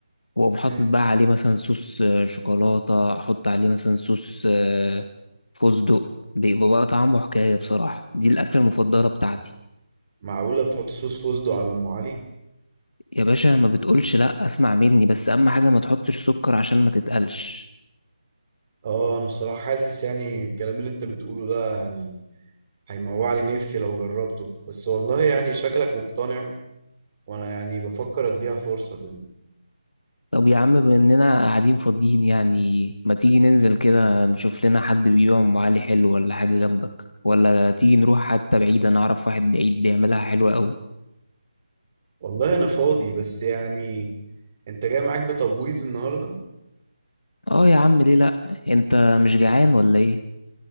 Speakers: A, on the left; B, on the right.
A: وأقوم حاطط
B: مم.
A: بقى عليه مثلا صوص آه، شوكولاتة أحط عليه مثلا صوص آه، فستق بيبقى بقى طعمه حكاية بصراحة دي الأكلة المفضلة بتاعتي
B: معقولة بتحط صوص فوسدو على ام علي
A: يا باشا ما بتقولش لأ أسمع مني بس أهم حاجة ما تحطش سكر عشان ما تتقلش
B: اه انا بصراحة حاسس يعني الكلام اللي انت بتقوله ده يعني هيموع لي نفسي لو جربته بس والله يعني شكلك مقتنع وانا يعني بفكر اديها فرصة كده
A: طب يا عم بما إننا قاعدين فاضيين يعني ما تيجي ننزل كده نشوف لنا حد بيبيع أم علي حلو ولا حاجة جنبك ولا تيجي نروح حتى بعيد أنا أعرف واحد بعيد بيعملها حلوة أوي
B: والله انا فاضي بس يعني انت جاي معاك بتبويظ النهاردة
A: اه يا عم ليه لأ أنت مش جعان ولا إيه؟